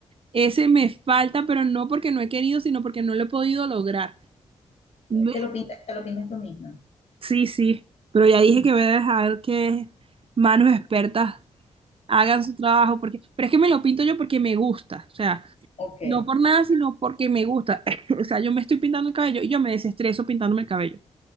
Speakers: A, on the right; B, on the left.
A: Ese me falta, pero no porque no he querido, sino porque no lo he podido lograr. Me-
B: ¿Te lo pintas, te lo pintas tú misma?
A: Sí, sí, pero ya dije que voy a dejar que manos expertas hagan su trabajo, porque, pero es que me lo pinto yo porque me gusta, o sea,
B: Ok.
A: no por nada, sino porque me gusta. <coughs> <clears throat> O sea, yo me estoy pintando el cabello y yo me desestreso pintándome el cabello.